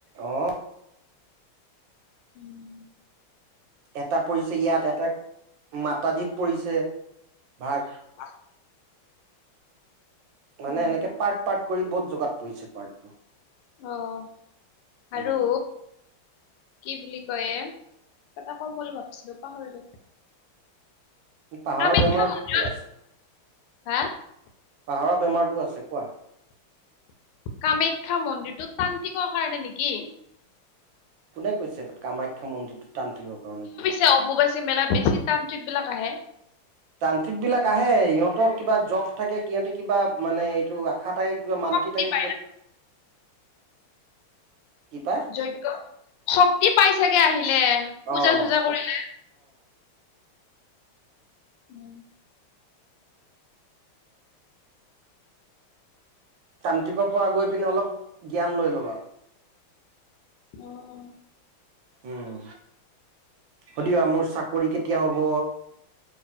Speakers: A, on the right; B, on the left.
A: অ'।
B: উম।
A: এটা পৰিছে ইয়াত, এটা মাতাজীত পৰিছে, ভাগ।
B: হয়। উম,
A: মানে এনেকে পাৰ্ট-পাৰ্ট কৰি বহুত জাগাত পৰিছে, পাৰ্ট।
B: অ', আৰু
A: উম
B: কি বুলি কয় এ, এটা ক'ম বুলি ভাবিছিলো, পাহৰিলোঁ।
A: পাহাৰৰ
B: কামাখ্যা
A: বেমাৰতো
B: মন্দিৰত,
A: আছে
B: হা?
A: পাহৰা বেমাৰটো আছে কোৱা।
B: কামাখ্যা মন্দিৰটো তান্ত্ৰিকৰ কাৰণে নেকি?
A: কোনে কৈছে, কামাখ্যা মন্দিৰটো তান্ত্ৰিকৰ কাৰণে বুলি?
B: তে অম্বুবাচি যে মেলাত বেছি তান্ত্ৰিক বিলাক আহে।
A: তান্ত্ৰিক বিলাক আহে, সিহঁতৰ কিবা জব থাকে, সিহঁতে কিবা মানে এইটো আশা থাকে, কিবা মান্তি
B: শক্তি
A: থাকে,
B: পায়
A: কি পায়?
B: যজ্ঞ, শক্তি পাই চাগে আহিলে, পূজা-চূজা
A: অ অ
B: কৰিলে। উম।
A: তান্ত্ৰিকৰ পৰা গৈ পিনে অলপ জ্ঞান লৈ ল'ব।
B: অ', অ'।
A: উম, সুধিবা মোৰ চাকৰি কেতিয়া হ'ব।